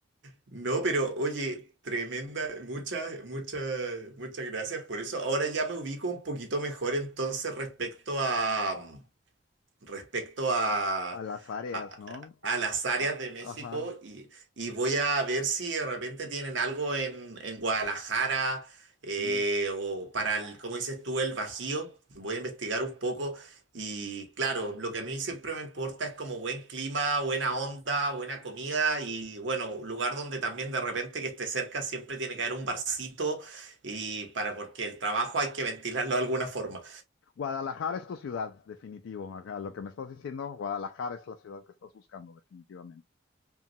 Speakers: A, on the right (about 75°); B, on the left (about 80°).
A: no, pero oye, tremenda, muchas, muchas, muchas gracias por eso. Ahora ya me ubico un poquito mejor entonces respecto a respecto a,
B: A las áreas,
A: a-
B: ¿no?
A: a las áreas
B: A-
A: de México
B: ajá,
A: y, y voy a ver si de repente tienen algo en, en Guadalajara eh,
B: sí.
A: o para, el, como dices tú, el Bajío. Voy a investigar un poco y claro, lo que a mí siempre me importa es como buen clima, buena onda, buena comida y bueno, lugar donde también de repente que esté cerca siempre tiene que haber un barcito y para porque el trabajo hay que ventilarlo de alguna forma.
B: Guadalajara es tu ciudad, definitivo. Ajá, lo que me estás diciendo, Guadalajara es la ciudad que estás buscando, definitivamente.